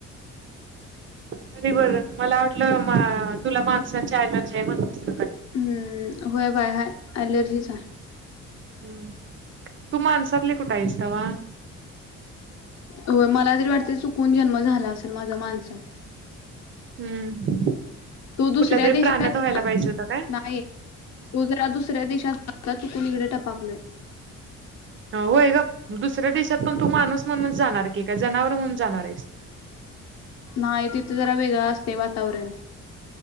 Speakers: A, on the right (about 40°); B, on the left (about 60°).
A: तरी बरं, मला वाटलं तुला माणसाची अलर्जी आहे म्हणून.
B: हम्म होय बाय हाय एलर्जीचा आहे.
A: हम्म, तू माणसातली कुठ हाईस तवा.
B: हो मला तरी वाटत चुकून जन्म झाला असेल, माझ्या माणसात.
A: हम्म,
B: तो दुसऱ्या
A: कुठल्या तरी
B: देशात
A: प्राण्यात व्हायला पाहिजे होतं काय?
B: नाही तो जरा दुसऱ्या देशात तु कोणीकडे टपाकलोय.
A: होय ग, दुसऱ्या देशात पण तू माणूस म्हणूनच जाणार की का जनावर म्हणून जाणार आहेस.
B: नाही तिथं जरा वेगळं असते वातावरण.